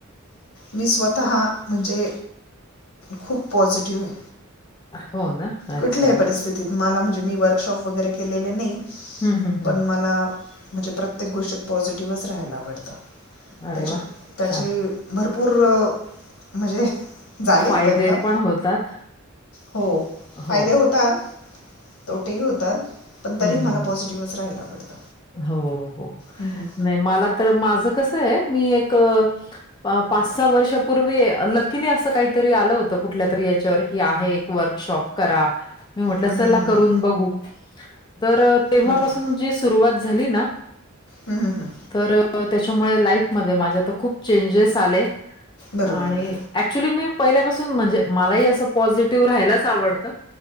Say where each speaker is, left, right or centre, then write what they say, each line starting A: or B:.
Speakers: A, on the left; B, on the left.
A: मी स्वतः म्हणजे खूप पॉझिटिव्ह ए.
B: हो ना. अच्छा.
A: कुठल्याही परिस्थितीत मला म्हणजे मी वर्कशॉप वगैरे केलेले नाई
B: हं, हं, हं.
A: पण मला म्हणजे प्रत्येक गोष्टीत पॉझिटिव्हच राहायला आवडतं.
B: अरे
A: त्याचे.
B: वाह!
A: त्याचे
B: छान.
A: भरपूर म्हणजे, झाले
B: फायदे
A: परिणाम.
B: पण होतात.
A: हो फायदे
B: हो.
A: होतात. तोटेहि होतात. पण तरी
B: हं.
A: मला पॉझिटिव्हच राहायला आवडत.
B: हो, हो.
A: हम हम
B: नाही मला तर माझ कस आहे. मी एक पाच सहा वर्षापूर्वी लकीली अस काहीतरी आल होत. कुठल्या तरी हेच्यावर्ती आहे एक वर्कशॉप करा. मी म्हटल
A: हम्म, हम्म,
B: चला
A: हम्म,
B: करून
A: हम्म.
B: बगू तर तेव्हापासून
A: बरोबर
B: जी सुरवात झाली ना,
A: हम्म हम्म हम्म.
B: तर त्याच्यामुळे लाईफमध्ये माझ्या तर खूप चेंजेस आले
A: बरोबर
B: आणि
A: बरोबर
B: ऍक्च्युली मी पहिल्यापासून म्हणजे, मलाही असं पॉझिटिव्ह राहायलाच आवडत-